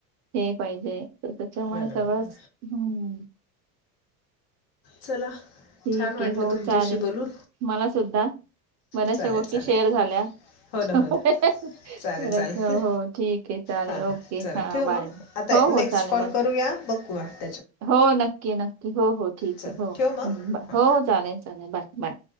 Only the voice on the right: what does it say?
हे पाहिजे तर त्याच्यामुळे
सगळंच हम्म.
ठीक
आहे हो
चालेल
मला सुद्धा बऱ्याचशा
गोष्टी
शेअर झाल्या
खरंच
हो हो, ठीक आहे चालेल
ओके
हां
बाय.
हो
हो चालेल
बाय
हो नक्की नक्की हो हो ठीक
आहे हो
हो चालेल चालेल बाय बाय